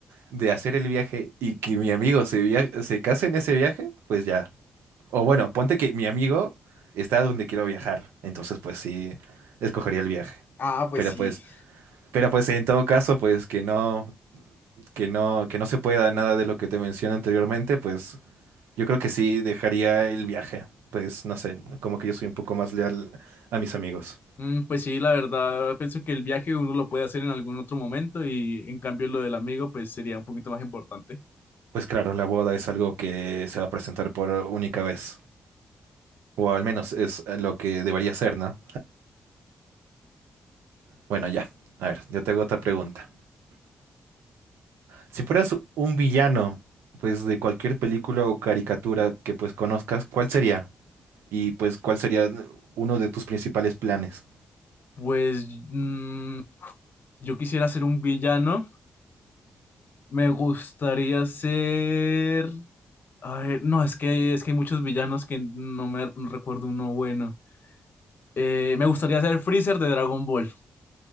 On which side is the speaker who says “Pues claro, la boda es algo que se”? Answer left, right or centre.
Right